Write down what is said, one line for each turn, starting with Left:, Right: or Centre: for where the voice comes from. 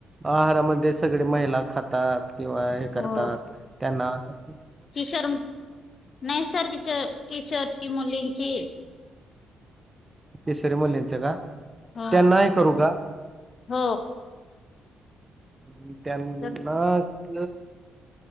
Right: आहारामध्ये सगळे महिला खातात किंवा हे करतात
Left: हो
Right: त्याना नावासाठी
Left: किशोर नाही सर किशो किशोरी मुली जी
Right: किशोरी मुलींच का
Left: हा
Right: त्यांना हे करू का
Left: हो
Right: ह् त्यांना
Left: तर
Right: क